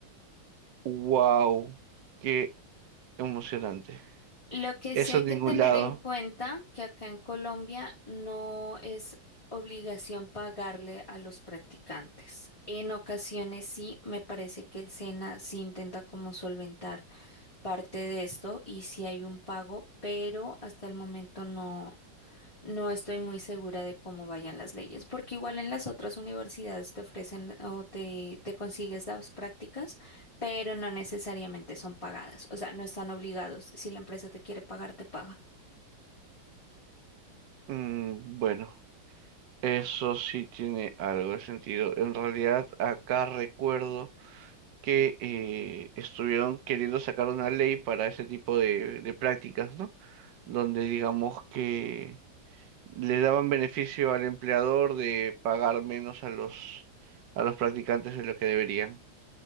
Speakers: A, on the right; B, on the left.
A: ¡Wow! ¡Qué emocionante!
B: Lo que
A: Eso
B: sí hay
A: en
B: que
A: ningún
B: tener
A: lado.
B: en cuenta que acá en Colombia no es obligación pagarle a los practicantes. En ocasiones sí, me parece que el SENA sí intenta como solventar parte de esto y sí hay un pago, pero hasta el momento no, no estoy muy segura de cómo vayan las leyes, porque igual en las otras universidades te ofrecen o te, te consigues las prácticas, pero no necesariamente son pagadas, o sea, no están obligados. Si la empresa te quiere pagar, te paga.
A: Mm, bueno, eso sí tiene algo de sentido. En realidad, acá recuerdo que eh, estuvieron queriendo sacar una ley para ese tipo de, de prácticas, ¿no? donde digamos que le daban beneficio al empleador de pagar menos a los a los practicantes de lo que deberían.